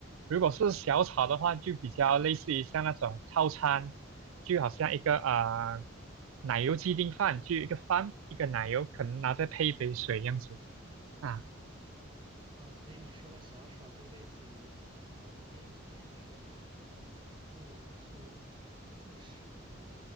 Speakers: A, on the right; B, on the right.
A: 如果是小炒的话，就比较类似于像那种套餐，就好像一个呃奶油鸡丁饭，就一个饭一个奶油，可能拿再配一杯水这样子啊。
B: 呃，所以你说的小炒就类似于从便利店去买那种速速速食